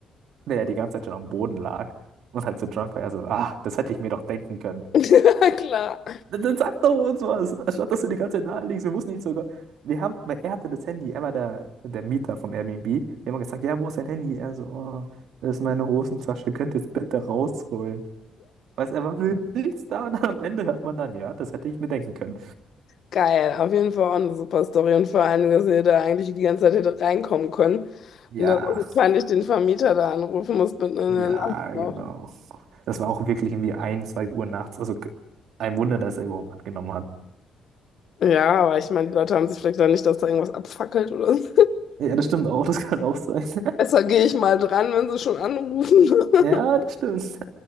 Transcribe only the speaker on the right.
der ja die ganze Zeit schon am Boden lag und halt so drunk war, er so, ah, das hätte ich mir doch denken können.
Dann, dann sag doch uns was, anstatt dass du die ganze Zeit da liegst. Wir mussten ihn sogar. Wir haben, weil er hatte das Handy, er war der, der Mieter vom Airbnb. Wir haben ihm gesagt, ja, wo ist dein Handy? Er so, oh, das ist meine Hosentasche, könnt ihr es bitte rausholen. Weißt du, er war für nichts da und am Ende hört man dann, ja, das hätte ich mir denken können.
Ja.
Ja,
genau. Das war auch wirklich irgendwie ein, zwei Uhr nachts. Also k- ein Wunder, dass er überhaupt angenommen hat.
Ja, das stimmt auch, das <laughs> kann auch sein. <laughs>
Ja, das stimmt.